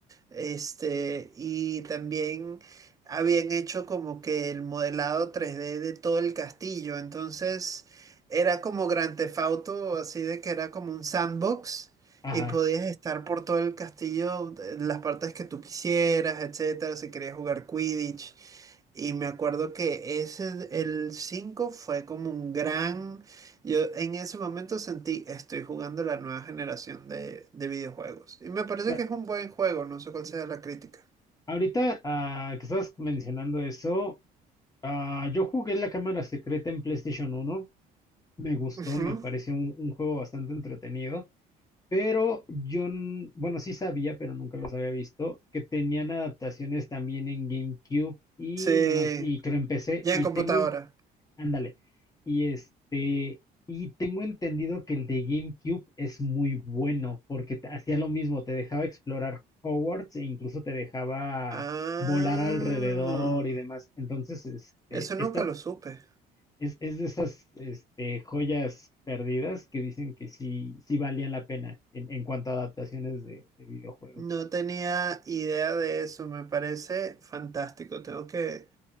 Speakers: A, on the right; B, on the left.
A: Este, y también habían hecho como que el modelado 3D de todo el castillo. Entonces era como Grand Theft Auto, así de que era como un sandbox
B: ajá.
A: y podías estar por todo el castillo, en las partes que tú quisieras, etcétera, si querías jugar Quidditch. Y me acuerdo que ese, el 5 fue como un gran... Yo en ese momento sentí, estoy jugando la nueva generación de, de videojuegos. Y me
B: O
A: parece
B: sea,
A: que es un buen juego, no sé cuál sea la crítica.
B: ahorita ah, que estás mencionando eso, ah, yo jugué la cámara secreta en PlayStation uno Me gustó,
A: Ujú.
B: me pareció un, un juego bastante entretenido. Pero yo, n- bueno, sí sabía, pero nunca los había visto, que tenían adaptaciones también en GameCube y,
A: Sí,
B: no me ac- y creo en PC.
A: ya
B: Y
A: en computadora.
B: tengo Ándale. Y este, y tengo entendido que el de GameCube es muy bueno porque te- hacía lo mismo, te dejaba explorar Hogwarts e incluso te dejaba
A: Ah,
B: volar alrededor y demás. Entonces, este,
A: eso nunca
B: esta
A: lo supe.
B: es, es de esas este, joyas perdidas que dicen que sí, sí valían la pena en, en cuanto a adaptaciones de, de videojuegos.
A: No tenía idea de eso, me parece fantástico. Tengo que,